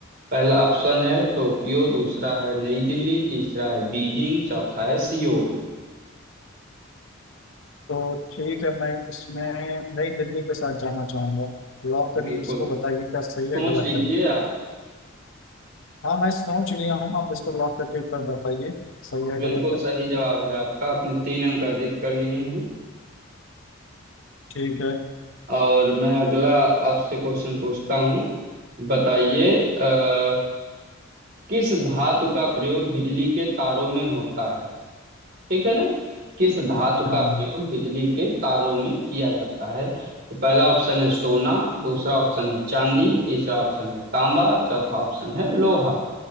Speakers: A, on the right; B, on the left.
A: पहला ऑप्शन है टोक्यो दूसरा है नई दिल्ली तीसरा है बीजिंग चौथा है सियोल
B: तो ठीक है मैं इसमें नई दिल्ली के साथ जाना चाहूंगा लॉक करिए
A: बिल्कुल
B: इसको बताइए क्या सही
A: सोच
B: है गलत
A: लीजिए
B: है
A: आप
B: हाँ मैं सोच लिया हूँ आप इसको लॉक करके एक बार बताइए सही है
A: बिल्कुल
B: गलत है
A: सही जवाब है आपका आपने तीन अंक अर्जित कर लिए हैं
B: ठीक है
A: और मैं अगला आपसे क्वेश्चन पूछता हूँ बताइए अ, किस धातु का प्रयोग बिजली के तारों में होता है ठीक है ना किस धातु
B: हाँ
A: का प्रयोग बिजली के तारों में किया जाता है तो पहला ऑप्शन है सोना दूसरा ऑप्शन है चांदी तीसरा ऑप्शन है तांबा चौथा ऑप्शन है लोहा